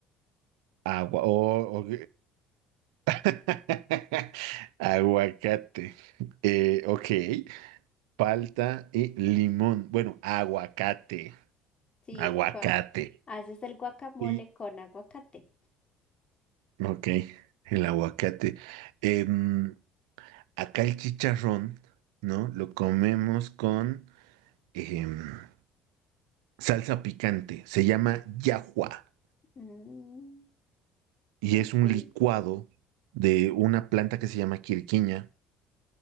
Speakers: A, on the right; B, on the left.
A: agua, o, o- <laughs> aguacate. Eh, ok, palta y limón. Bueno, aguacate,
B: Sí,
A: aguacate.
B: con... Haces el guacamole
A: Y,
B: con aguacate.
A: ok, el aguacate. Em, acá el chicharrón, ¿no? Lo comemos con em, salsa picante. Se llama yahua
B: Mm.
A: y
B: Ok.
A: es un licuado de una planta que se llama quirquiña